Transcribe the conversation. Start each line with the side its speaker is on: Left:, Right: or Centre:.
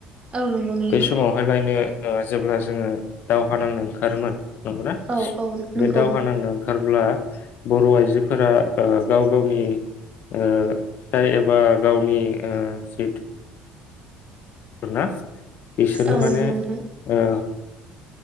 Right: औ नंगौ नोंथां
Left: बे समावहायलायनो ओ जेब्ला जोङो दावहा नांनो ओंखारोमोन नंगौना
Right: औ औ नंगौ
Left: बे दावहा नांनो ओंखार अब्ला बर' आइजोफोरा ओ ‌ गावगावनि ओ फिसाइ एबा गावनि ओ जिथु रो ना? बिसोरनो
Right: औ
Left: माने
Right: नंगौ नोंथां
Left: ओ